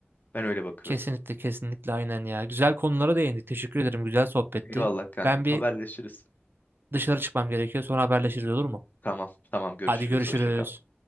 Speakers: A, on the left; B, on the right.
A: Ben öyle bakıyorum.
B: Kesinlikle kesinlikle aynen ya. Güzel konulara değindik. Teşekkür ederim. Güzel sohbetti.
A: Eyvallah kankam.
B: Ben
A: Haberleşiriz.
B: bir dışarı çıkmam gerekiyor. Sonra haberleşiriz olur mu?
A: Tamam, tamam görüşürüz.
B: Hadi görüşürüz.
A: Hoşça kal.